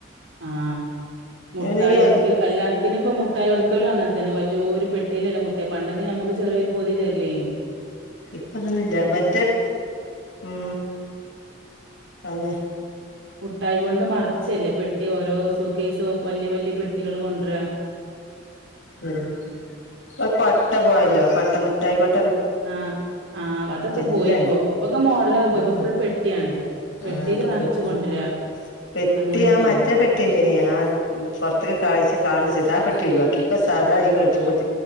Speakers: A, on the right; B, on the left.
A: ആഹ് മുഠായി
B: പിന്നെ ഈ അരി
A: ഒടുക്കല്. കല്യാണത്തിനിപ്പൊ മുഠായൊടുക്കല് അങ്ങനെതന്നെ. വൽ <unintelligible> ഒരു പെട്ടിലല്ലേ മുട്ടായി പണ്ടൊക്കെ ഞമ്മുക്ക് ചെറിയൊരു പൊതി തരില്ലേനീ
B: ഇപ്പ അതൊന്നില്ല മറ്റേപ് ഉം അങ്ങ
A: മുഠായികൊണ്ട് മറച്ചല്ലേ പെട്ടി ഓരോ സൂക്കേസോ വല്യ വല്യ പെട്ടികള് കൊണ്ടരാ
B: ഒരു കൊട്ട പോയലോ കൊട്ട മുഠായി കൊട്ട്
A: ആഹ് ആഹ് അതൊക്കെ
B: ഇല്ലന്നെ
A: പോയിപ്പോ ഇപ്പൊക്കെ മോഡലൊക്കെ
B: ഉം
A: പോയിപ്പോ ഫുൾ പെട്ടിയാണ്. പെട്ടിയില്
B: ആഹ് അപ്പൊ
A: നിറച്ച്
B: പെട്ടി.
A: കൊണ്ടുവരാ
B: പെട്ടിയാ
A: അങ്ങനെയൊക്കെയാണ്
B: മറ്റേ പെട്ടി <unintelligible> ആ ഇം പൊറത്തേക്ക് കാഴ്ച കാൺണ സെയിസ് ആ പെട്ടി ഒഴിവാക്കി ഇപ്പൊ സാദാ ഈ ഗൾഫ് പെട്ട്